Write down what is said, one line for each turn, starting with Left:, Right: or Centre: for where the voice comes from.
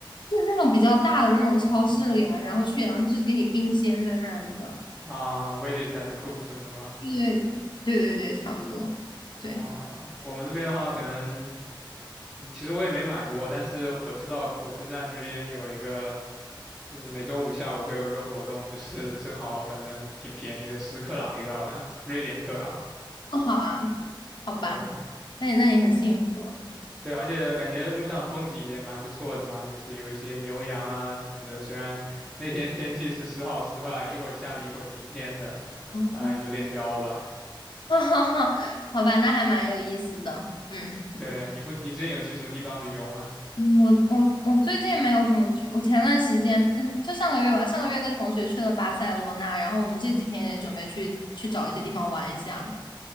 Left: 就是那种比较大的那种超市里啊，然后去，然后他就是给你冰鲜在那里的。
Centre: 啊，Willis 还是 Coop 什么的吗？
Left: 对对对对，差不多。对。
Centre: 啊，我们这边的话，可能，嗯，其实我也没买过，但是我知道火车站那边有一个。就是每周五下午会有一个活动，就是 <laughs> 生蚝，反正挺便宜的，十克朗一个，好像瑞典克朗。
Left: 不好啊，好吧，
Centre: 对
Left: 那你那你很幸福哦，
Centre: 对，而且感觉路上风景也蛮不错的嘛，就是有一些牛羊啊什么的。虽然那天天气是时好时坏，一会儿下雨一会儿晴天的，啊、
Left: <laughs>
Centre: 有点妖吧。
Left: 哈哈哈，好吧，那还蛮有意思的，嗯，挺不错
Centre: 对你附，你之前有去什么地方旅游吗？
Left: 嗯我我我最近没有怎么去，我前段时间，嗯，就上个月吧，上个月跟同学去了巴塞罗那，然后我们这几天也准备去去找一些地方玩一下。